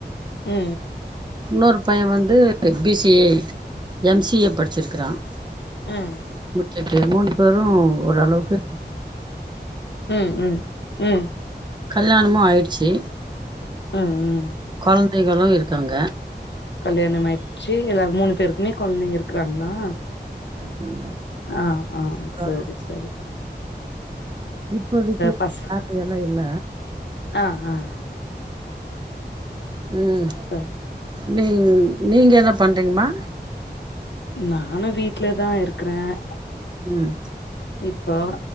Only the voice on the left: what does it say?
அ அ
ம் ம்
ம் ம் ம்
அ அ
கல்யாணம் ஆயிடுச்சு எல்லாரும் மூணு பேருக்குமே கொழந்தைங்க இருக்கிறாங்களா
ஆ ஆ
சேரி சேரி
பச
ஆ ஆ
சரி
நானும் வீட்லதான் இருக்கறேன்
இப்போ